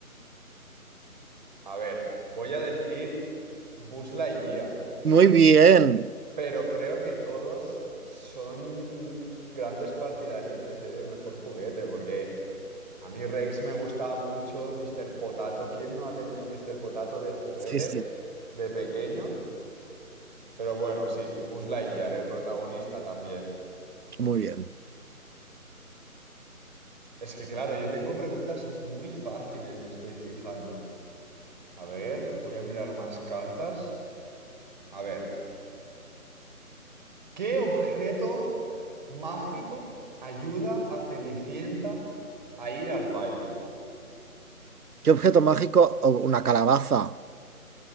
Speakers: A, on the right; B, on the right.
A: A ver, voy a decir Buzz Lightyear,
B: Muy bien.
A: pero creo que todos son grandes partidarios de ser el mejor juguete, porque... A mí Rex me gustaba mucho, Mr. Potato. ¿Quién no ha tenido Mr. Potato de juguete
B: Sí, sí,
A: de pequeños? Pero bueno, sí, Buzz Lightyear, el protagonista también.
B: muy bien.
A: Es que claro, yo tengo preguntas muy fáciles, me estoy fijando. A ver, voy a mirar más cartas. A ver, ¿qué objeto mágico ayuda a Cenicienta a ir al baile?
B: ¿Qué objeto mágico? o una calabaza.